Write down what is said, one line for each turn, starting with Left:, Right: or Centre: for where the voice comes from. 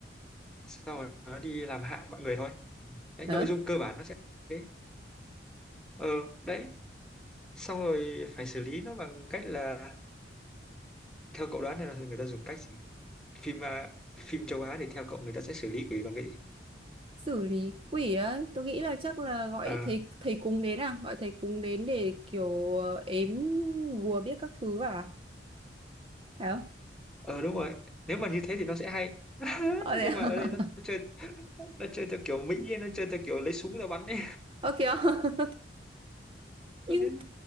Centre: xong rồi nó đi làm hại mọi người thôi đấy
Right: hả
Centre: nội dung cơ bản nó sẽ thế ờ đấy xong rồi phải xử lý nó bằng cách là theo cậu đoán này là người ta dùng cách gì phim à, phim châu Á thì theo cậu người ta sẽ xử lý quỷ bằng cái gì
Right: xử lý quỷ á tôi nghĩ là chắc là gọi
Centre: ờ
Right: thầy thầy cúng đến à gọi thầy cúng đến để kiểu ờ, ếm bùa biết các thứ à phải không
Centre: ờ đúng rồi nếu mà như thế thì nó sẽ hay <laughs>
Right: ờ thế
Centre: nhưng
Right: à?
Centre: mà ở đây nó
Right: <laughs>
Centre: chơi nó chơi theo kiểu Mỹ ấy, nó chơi theo kiểu lấy súng ra bắn ấy
Right: ok <laughs> không? nhưng
Centre: cho nên là